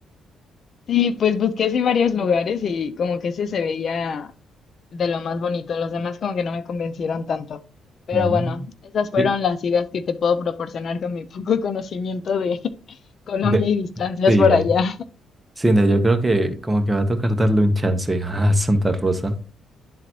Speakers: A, on the left; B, on the right.
A: Sí, pues busqué así varios lugares y como que ese se veía de lo más bonito. Los demás como que no me convencieron tanto. Pero
B: Mm,
A: bueno, esas fueron
B: Sí,
A: las ideas que te puedo proporcionar con mi <laughs> poco conocimiento de <laughs> Colombia
B: de,
A: y distancias
B: sí,
A: por allá. <laughs>
B: sí, no, yo creo que como que va a tocar darle un chance a Santa Rosa.